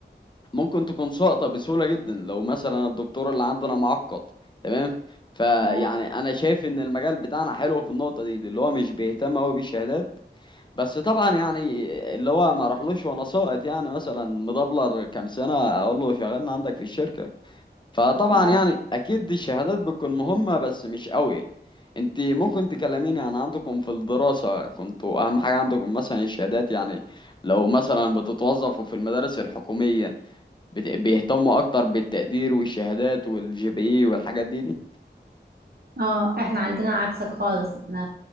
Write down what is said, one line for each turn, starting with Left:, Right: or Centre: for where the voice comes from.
Left: ممكن تكون ساقطة بسهولة جدا لو مثلا الدكتور اللي عندنا معقد تمام فيعني
Right: اه
Left: أنا شايف إن المجال بتاعنا حلو في النقطة دي, دي اللي هو مش بيهتم أوي بالشهادات بس طبعا يعني اللي هو ما راحلوش وأنا ساقط يعني مثلا مدبلر كام سنة أقول له شغلنا عندك في الشركة فطبعا
Right: اه
Left: يعني اكيد دي الشهادات بتكون مهمة بس مش قوي انت ممكن تكلميني عن عندكم في الدراسة كنتوا اهم حاجة عندكم مثلا الشهادات يعني لو مثلا بتتوظفوا في المدارس الحكومية بت- بيهتموا اكتر بالتقدير والشهادات والجي بي اي والحاجات دي دي
Right: اه احنا عندنا عكسك خالص احنا